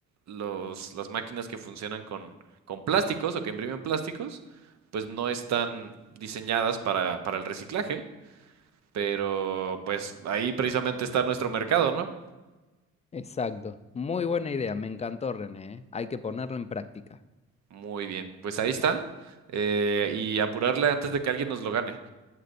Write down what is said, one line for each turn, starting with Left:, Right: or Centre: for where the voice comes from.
Right: los, las máquinas que funcionan con, con plásticos o que imprimen plásticos, pues no están diseñadas para, para el reciclaje, pero pues ahí precisamente está nuestro mercado, ¿no?
Left: Exacto, muy buena idea, me encantó René, ¿eh? Hay que ponerla en práctica.
Right: Muy bien, pues ahí está. eh, y apurarle antes de que alguien nos lo gane.